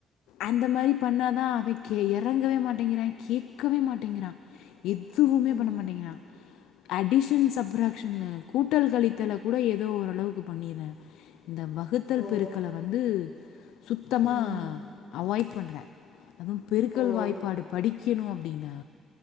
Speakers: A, on the left; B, on the left.
A: அந்த மாரி பண்ணாதா அவ கே எறங்கவே மாட்டேங்கிறா கேக்கவே மாட்டேங்கிறா எத்துவுமே
B: ம்
A: பண்ண மாட்டேங்கிற அடிஷன் சப்ராக்ஷன் கூட்டல் கழித்தல கூட ஏதோ ஓரளவுக்கு பண்ணிறா இந்த வகுத் தல்
B: ஓ
A: பெருக்கல வந்து சுத்தமா
B: ம்
A: அவாய்ட் பண்றா அதுவு பெருக்கல்
B: ஓ
A: வாய்ப்பாடு படிக்கணு அப்டின்னா